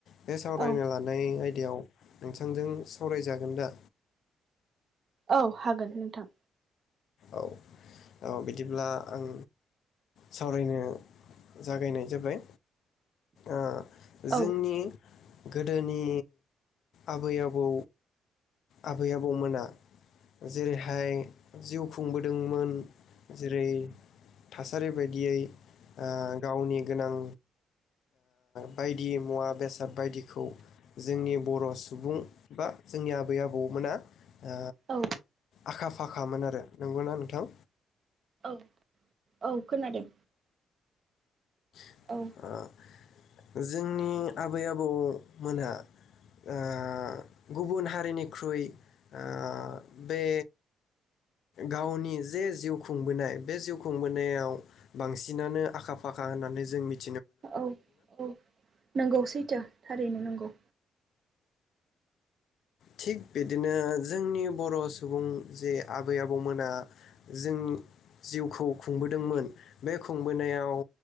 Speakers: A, on the left (about 65°); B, on the right (about 40°).
A: बे सावरायनो
B: औ
A: लानाय आय बेव नोंथां जों सावराय जागोन दा।
B: औ हागोन नोंथां।
A: औ औ बिदिब्ला आं सावरायनो जागायनाय जाबाय ओ।
B: औ
A: जोंनि गो। गोदोनि आबै आबौ। आबै आबौमोना जेरैहाय जिउ खुंबोदोंमोन जेरै थासारि बायदियै गावनि गोनां बायदि मुवा बेसाद बायदिखौ जोंनि बर' सुबुं बा जोंनि आब। आबै आबौमोना ओ
B: औ
A: आखा फाखामोन आरो नंगौना नोंथां
B: औ औ खोनादों।
A: <unintelligible>
B: औ
A: जोंनि आबै आबौमोनहा ओ गुबुन हारिनिख्रुइ ओ बे गावनि जे जिउ खुंबोनाय बे जिउ खुंबोनायाव बांसिनानो आखा फाखा होननानै जों मिथि।
B: औ औ नंगौसै। थो थारैनो नंगौ।
A: थिग बिदिनो जोंनि बर सुबुं जे आबै आबौमोना जोंनि जिउखौ खुंबोदोंमोन बे खुंबोनायाव